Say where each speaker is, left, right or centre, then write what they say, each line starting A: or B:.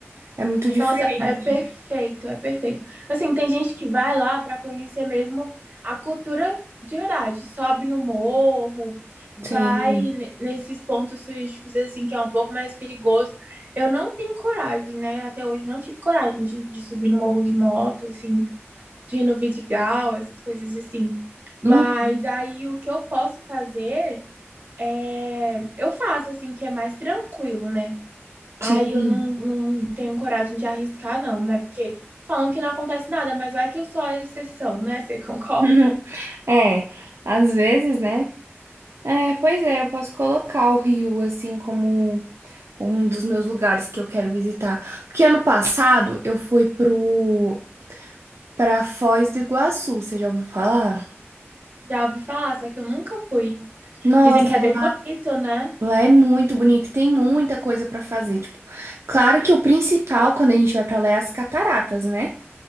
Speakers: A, on the right; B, on the right.
A: É muito diferente.
B: Nossa, é perfeito, é perfeito. Assim, tem gente que vai lá para conhecer mesmo a cultura de verdade. Sobe no morro, vai
A: Sim.
B: ne- nesses pontos turísticos, assim, que é um pouco mais perigoso. Eu não tenho coragem, né? Até hoje não tive coragem de, de subir no morro de moto, assim, de ir no Vidigal, essas coisas assim. Mas
A: Uhum.
B: aí o que eu posso fazer é. Eu faço, assim, que é mais tranquilo, né?
A: Sim.
B: Aí eu não, não tenho coragem de arriscar, não, né? Porque falam que não acontece nada, mas vai que eu sou a exceção, né? Você <laughs> concorda?
A: <laughs> É, às vezes, né? É, pois é, eu posso colocar o Rio assim como um dos meus lugares que eu quero visitar. Porque ano passado eu fui pro para Foz do Iguaçu, você já ouviu falar?
B: Já ouvi falar, só que eu nunca fui.
A: Nossa,
B: Dizem que é bem bonito, né?
A: lá é muito bonito, tem muita coisa pra fazer, tipo, claro que o principal quando a gente vai pra lá é as cataratas, né?